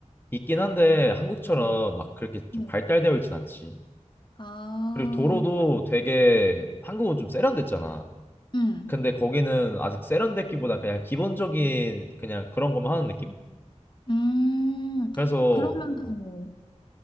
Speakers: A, on the left; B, on the left.
A: 있긴 한데 한국처럼
B: 응.
A: 막 그렇게 좀
B: 응.
A: 발달되어 있진 않지.
B: 아,
A: 그리고 도로도 되게 한국은 좀 세련됐잖아.
B: 응.
A: 근데 거기는 아직 세련됐기보다 그냥 기본적인 그냥 그런 것만 하는 느낌?
B: 음,
A: 그래서
B: 그러면,
A: 아,
B: 어,